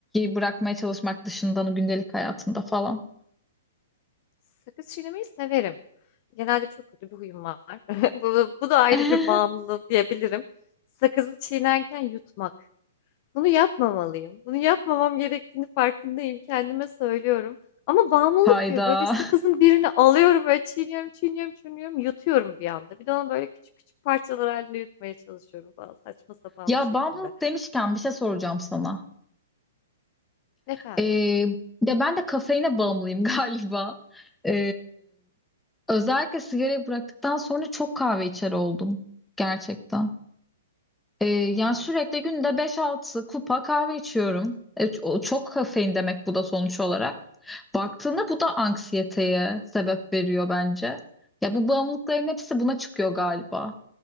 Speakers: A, in the centre; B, on the left.
A: bırakmaya çalışmak dışında gündelik hayatında falan.
B: Sakız çiğnemeyi severim. Genelde çok kötü bir huyum var. <laughs> Bu, bu da ayrı
A: <laughs>
B: bir bağımlılık diyebilirim. Sakızı çiğnerken yutmak. Bunu yapmamalıyım. Bunu yapmamam gerektiğini farkındayım. Kendime söylüyorum. Ama bağımlılık
A: Hayda.
B: gibi böyle bir sakızın birini alıyorum böyle çiğniyorum, çiğniyorum, çiğniyorum, yutuyorum bir anda. Bir de onu böyle küçük küçük parçalar halinde yutmaya çalışıyorum falan saçma sapan
A: Ya
B: bir şekilde.
A: bağımlılık demişken bir şey soracağım sana.
B: Efendim.
A: E, ya ben de kafeine bağımlıyım <laughs> galiba. E, özellikle sigarayı bıraktıktan sonra çok kahve içer oldum. Gerçekten. Ee, yani
B: Hmm,
A: sürekli günde beş altı kupa kahve içiyorum. E, o çok kafein demek bu da sonuç olarak. Baktığında bu da anksiyeteye sebep veriyor bence. Ya bu bağımlılıkların hepsi buna çıkıyor galiba.